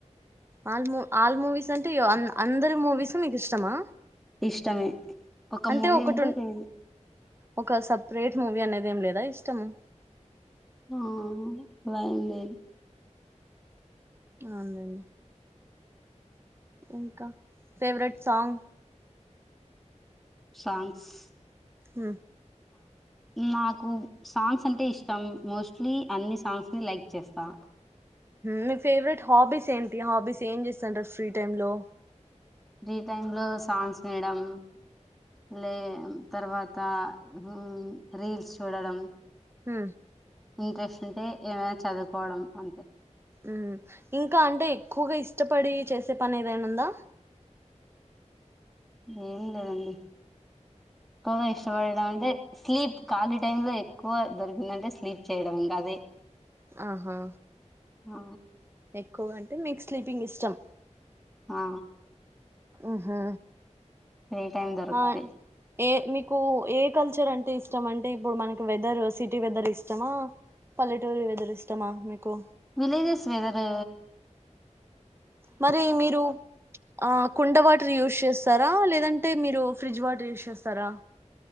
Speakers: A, on the right; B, in the centre.
A: all మూ ఆల్ మూవీస్ అంటే అన్ అందరి మూవీస్ మీకు ఇష్టమా
B: ఇష్టమే ఒక
A: అంటే
B: మూవీ
A: ఒకటి
B: అంటు లేదు
A: ఒక సపరేట్ మూవీ అనేది ఏం లేదా ఇష్టము
B: ఆ లేదు లేదు
A: అవునులేండి ఇంకా ఫేవరెట్ సాంగ్
B: సాంగ్స్
A: ఉ
B: నాకు సాంగ్స్ అంటే ఇష్టం మోస్ట్లీ అన్ని సాంగ్స్ ని లైక్ చేస్తా
A: మీ ఫేవరెట్ హాబీస్ ఏంటి హాబీస్ ఏం చేస్తంటారు ఫ్రీ టైమ్ లో
B: ఫ్రీ టైమ్ లో సాంగ్స్ వినడం లే తర్వాత ఉ రీల్స్ చూడడం
A: ఉ
B: ఇంట్రెస్ట్ ఉంటే ఏమైనా చదువుకోవడం అంతే
A: ఉ ఇంకా అంటే ఎక్కువగా ఇష్టపడి చేసే పని ఏదైనా ఉందా
B: ఏం లేదండి కువ ఇష్టపడేది అంటే స్లీప్ ఖాలీ టైమ్ లో ఎక్కువ దొరికిందంటే స్లీప్ చేయడం అదే
A: ఆహా
B: ఆ
A: ఎక్కువగా అంటే మీకు స్లీపింగ్ ఇష్టం
B: ఆ
A: ఉహు
B: ఫ్రీ టైం దొరికితే
A: ఆ ఏ మీ కు ఏ కల్చర్ అంటే ఇష్టం అంటే ఇప్పుడు మనకి వెదర్ సిటీ వెదర్ ఇష్టమా పల్లెటూళ్ళ వెదరు ఇష్టమా మీకు
B: విలేజస్ వెదరు
A: మరి మీరు ఆ కుండ వాటర్ యూస్ చేస్ ఇస్తారా లేదంటే మీరు ఫ్రిడ్జ్ వాటర్ యూస్ చేస్తారా